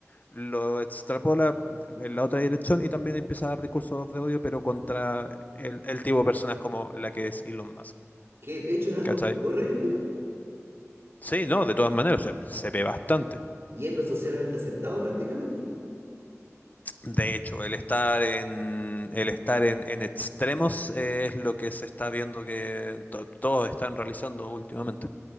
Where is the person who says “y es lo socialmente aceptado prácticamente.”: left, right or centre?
Right